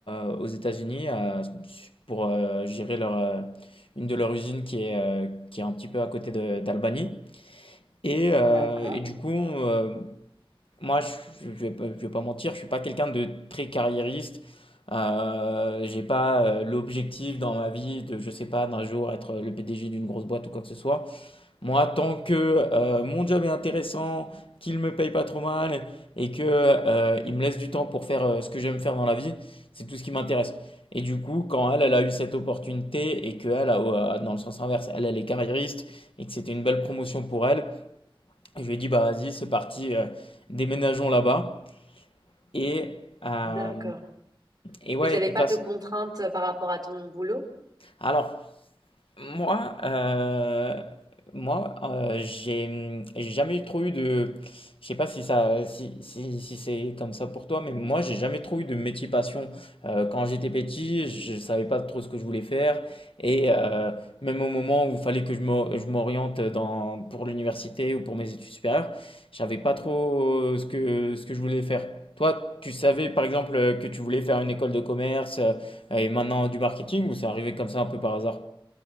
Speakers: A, on the left; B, on the right.
A: à- aux États-Unis euh, pour euh, gérer leur, euh, une de leurs usines qui est, euh, qui est un petit peu à côté de- d'Albany. Et, euh,
B: d'accord,
A: et du coup, euh, moi, je, je vais, pas je vais pas mentir, je suis pas quelqu'un de très carriériste. Euh, j'ai pas euh, l'objectif dans ma vie de, je sais pas, d'un jour être le PDG d'une grosse boîte ou quoi que ce soit. Moi, tant que euh, mon job est intéressant, qu'il me paye pas trop mal et que euh, il me laisse du temps pour faire euh, ce que j'aime faire dans la vie, c'est tout ce qui m'intéresse. Et du coup, quand elle, elle a eu cette opportunité et que elle, a- euh, dans le sens inverse, elle, elle est carriériste et que c'était une belle promotion pour elle. Et je lui ai dit, bah vas-y, c'est parti, euh, déménageons là-bas. Et, euh,
B: d'accord.
A: et ouais,
B: Mais t'avais
A: de toute
B: pas
A: façon.
B: de contraintes euh, par rapport à ton boulot?
A: Alors, Moi, euh, moi, euh, j'ai j'ai jamais trop eu de, je sais pas si ça, si, si, si c'est comme ça pour toi, mais moi, j'ai jamais trop eu de métier passion. Euh, quand j'étais petit, je savais pas trop ce que je voulais faire, et euh, même au moment où il fallait que je m'o- je m'oriente dans pour l'université ou pour mes études supérieures, je savais pas trop ce que ce que je voulais faire. Toi, tu savais par exemple que tu voulais faire une école de commerce euh, et maintenant du marketing, ou c'est arrivé comme ça un peu par hasard?